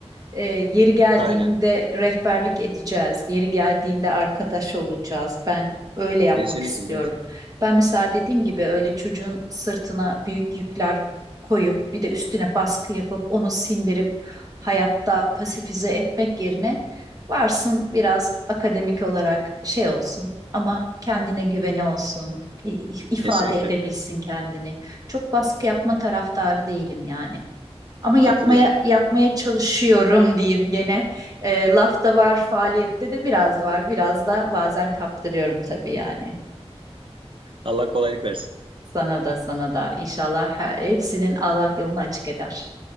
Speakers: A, on the right; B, on the right.
A: Ee, yeri geldiğinde
B: Aynen.
A: rehberlik edeceğiz. Yeri geldiğinde arkadaş olacağız. Ben öyle yapmak
B: Kesinlikle
A: istiyorum.
B: evet.
A: Ben mesela dediğim gibi öyle çocuğun sırtına büyük yükler koyup bir de üstüne baskı yapıp onu sindirip hayatta pasifize etmek yerine varsın biraz akademik olarak şey olsun ama kendine güveni olsun, i- ifade
B: Kesinlikle.
A: edebilsin kendini çok baskı yapma taraftarı değilim yani. Ama yapmaya
B: Katılıyorum.
A: yapmaya çalışıyorum diyeyim gene. E, lafta var, faaliyette de biraz var. Biraz da bazen kaptırıyorum tabii yani.
B: Allah kolaylık versin.
A: Sana da sana da inşallah her, hepsinin Allah yolunu açık eder.